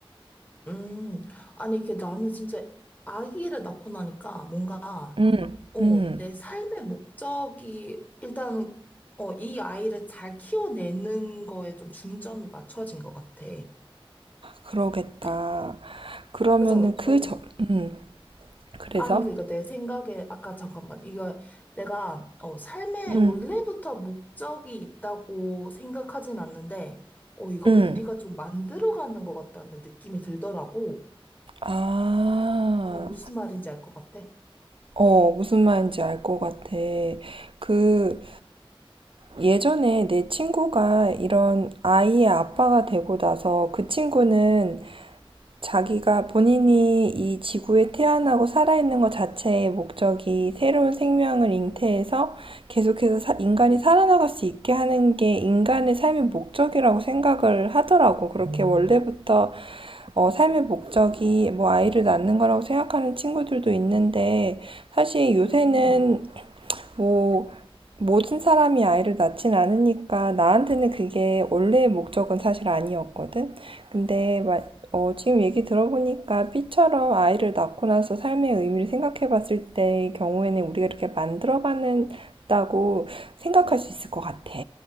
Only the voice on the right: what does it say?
음,
음.
그러겠다.
그러면은
그
점, 음, 그래서?
음,
음,
아,
어, 무슨 말인지 알 것 같아. 그, 예전에 내 친구가 이런 아이의 아빠가 되고 나서 그 친구는 자기가 본인이 이 지구에 태어나고 살아있는 것 자체의 목적이 새로운 생명을 잉태해서 계속해서 사- 인간이 살아나갈 수 있게 하는 게 인간의 삶의 목적이라고 생각을 하더라고. 그렇게 원래부터 어, 삶의 목적이 뭐 아이를 낳는 거라고 생각하는 친구들도 있는데 사실 요새는
뭐 모든 사람이 아이를 낳진 않으니까 나한테는 그게 원래의 목적은 사실 아니었거든. 근데 어, 지금 얘기 들어보니까 B처럼 아이를 낳고 나서 삶의 의미를 생각해 봤을 때의 경우에는 우리가 이렇게 만들어가는다고 생각할 수 있을 것 같아.